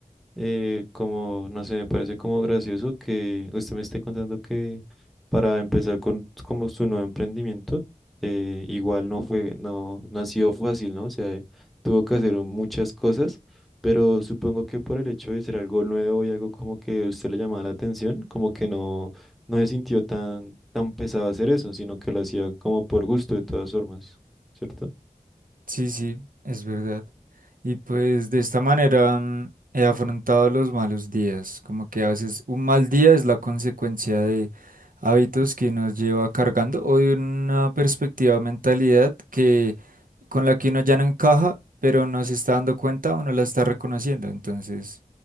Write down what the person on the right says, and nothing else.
Sí, sí, es verdad. Y pues de esta manera mm, he afrontado los malos días, como que a veces un mal día es la consecuencia de hábitos que nos lleva cargando o de una perspectiva, mentalidad que con la que uno ya no encaja, pero no se está dando cuenta o no la está reconociendo. Entonces,